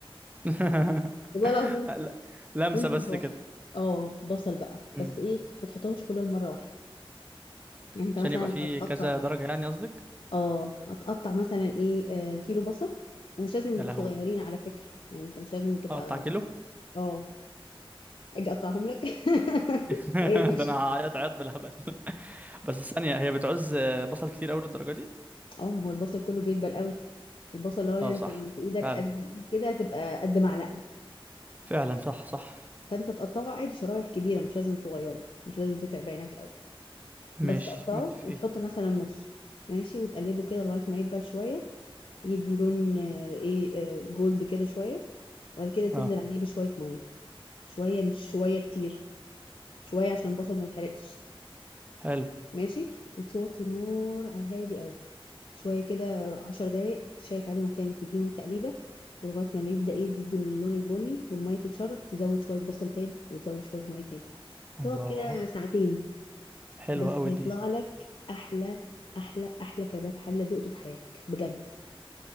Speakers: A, on the right; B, on the left.
A: <laughs>
B: والله العظيم
A: لا، لمسه
B: وانزل
A: بس
B: ببصل
A: كده
B: اه بصل بقى
A: مم.
B: بس ايه ما تحطهمش كلهم مرة واحدة يعني انت
A: عشان
B: مثلا
A: يبقى فيه
B: هتقطع
A: كذا درجه يعني قصدك
B: اه هتقطع مثلا ايه آه كيلو بصل ومش لازم
A: يا
B: يبقوا
A: لهوي
B: صغيرين على فكرة يعني انت مش لازم تبقى
A: اقطع كيلو
B: اه اجي اقطعهم لك <laughs>
A: <laughs>
B: ايه يا باشا
A: ده انا هعيط عيط بالهبل <laughs> بس ثانية هي بتعوز بصل كتير اوي للدرجة دي
B: اه ما هو البصل كله بيدبل قوي البصل اللي هو انت
A: اه صح
B: لو في ايدك
A: فعلا
B: قد الإيد كده هتبقى قد معلقة
A: فعلا صح صح
B: فانت تقطعه عادي شرايح كبيرة مش لازم صغيرة مش لازم تتعب عينك قوي
A: ماشي
B: بس تقطعه
A: متفقين
B: وتحط مثلا نص ماشي وتقلبه كده لغاية ما يدبل شوية يدي لون آه، ايه آه، جولد كده شوية وبعد كده تنزل
A: اه
B: عليه بشوية مية شوية مش شوية كتير شوية عشان البصل ما يتحرقش
A: حلو
B: ماشي وتوطي النار على الهادي قوي شوية كده عشر دقايق تشيك عليهم تاني تديهم تقليبة ولغاية ما يبدأ يدي الدو- اللون البني والمية تتشرب تزود شوية بصل تاني وتزود شوية مية تاني تقعد
A: الله
B: كده ساعتين
A: حلوة
B: بس
A: اوي
B: هيطلع
A: دي
B: لك أحلى أحلى أحلى كباب حلة دقته في حياتك بجد